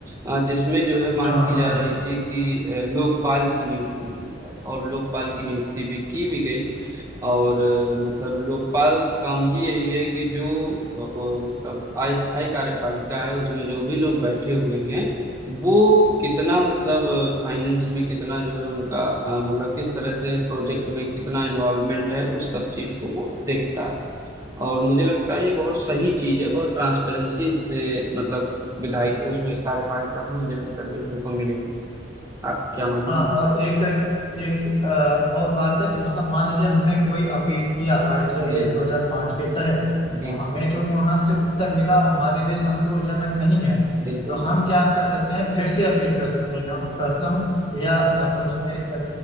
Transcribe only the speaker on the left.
हाँ
हाँ
हाँ
और एक एक अ, और बात है कि मतलब मान लीजिए हमने कोई अपील किया आरटीआई
एक्ट
2005 के तहत
और
हमें जो वहां से उत्तर मिला वो हमारे लिए संतोषजनक नहीं है
तो हम क्या कर सकते हैं फिर से अपील कर सकते हैं जो हम प्रथम या मतलब उसमें एक, अ,